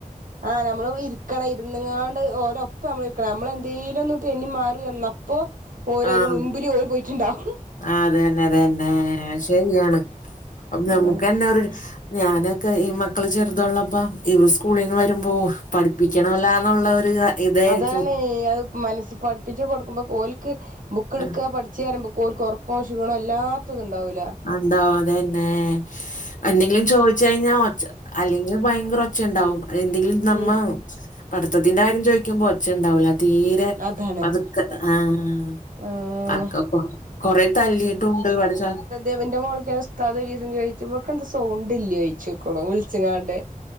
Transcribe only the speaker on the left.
ആഹ്
ആഹ് അത് തന്നെ അത് തന്നെ അഹ് ശരിയാണ് അപ്പൊ നമ്ക്കന്നെ
ഒരു ഞാനൊക്കെ ഈ മക്കള് ചെറുതുള്ളപ്പാ ഇവര് സ്കൂളിന്ന് വരുമ്പോ പഠിപ്പിക്കണവല്ലോന്നുള്ള ഒരു ഇതായിരിക്കും.
ആഹ്
എന്തോവും അതന്നെ എന്തെങ്കിലും ചോയ്ച്ച് കഴിഞ്ഞാ ഒച്ച അല്ലെങ്കി ഭയങ്കര ഒച്ച ഒച്ചയിണ്ടാവും എന്തെങ്കിലും നമ്മ
പഠിത്തത്തിന്റെ കാര്യം ചോദിക്കുമ്പോ ഒച്ചണ്ടാവില്ല തീരെ
പതുക്കെ ആഹ്
അതൊക്കെ ഇപ്പൊ കൊറേ തല്ലിയിട്ടുംണ്ട് പഠിച്ച